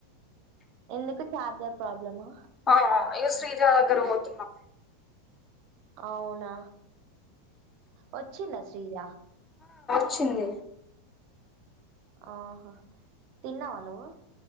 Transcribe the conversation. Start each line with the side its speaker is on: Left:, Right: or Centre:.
Right: ఎందుకు చార్జర్ ప్రాబ్లమా
Left: ఆ అయ్యో శ్రీజా దగ్గర పోతున్నాం
Right: అవునా వచ్చిందా శ్రీజ
Left: అతి జ
Right: ఆహా తిన్నావా నువ్వు